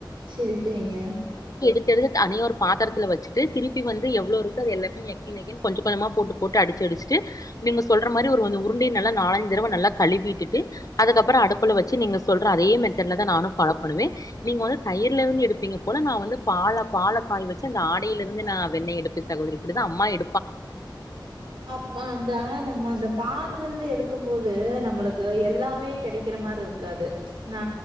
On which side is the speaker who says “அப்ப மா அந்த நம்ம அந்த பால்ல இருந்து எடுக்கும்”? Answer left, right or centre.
Right